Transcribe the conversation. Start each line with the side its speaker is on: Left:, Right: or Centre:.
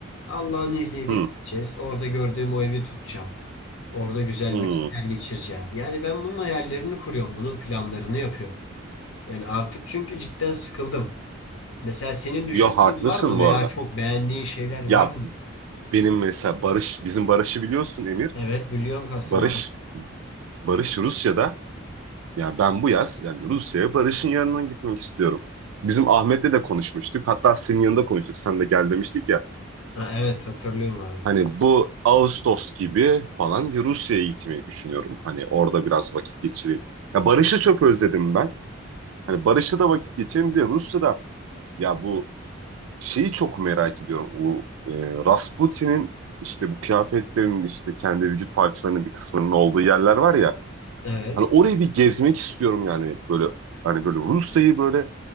Left: Allah'ın izniyle
Right: hı,
Left: gideceğiz. Orada gördüğüm o evi tutacağım. Orada güzel
Right: hı.
Left: vakitler geçireceğim. Yani ben bunun hayallerini kuruyorum. Bunun planlarını yapıyorum. Yani artık çünkü cidden sıkıldım. Mesela senin düşündüğün
Right: Yo haklısın
Left: var mı veya
Right: bu arada.
Left: çok beğendiğin şeyler var
Right: Ya
Left: mı?
Right: benim mesela Barış, bizim Barış'ı biliyorsun Emir.
Left: Evet biliyorum Kasım
Right: Barış,
Left: abi.
Right: Barış Rusya'da. Ya ben bu yaz yani Rusya'ya Barış'ın yanına gitmek istiyorum. Bizim Ahmet'le de konuşmuştuk. Hatta senin yanında konuştuk. Sen de gel demiştik ya.
Left: Ha, evet hatırlıyorum abi.
Right: Hani bu Ağustos gibi falan bir Rusya'ya gitmeyi düşünüyorum. Hani orada biraz vakit geçireyim. Ya Barış'ı çok özledim ben. Hani Barış'la da vakit geçireyim. Bir de Rusya'da ya bu şeyi çok merak ediyorum. O e, Rasputin'in işte bu kıyafetlerinin işte kendi vücut parçalarının bir kısmının olduğu yerler var ya.
Left: Evet.
Right: Hani orayı bir gezmek istiyorum yani böyle hani böyle Rusya'yı böyle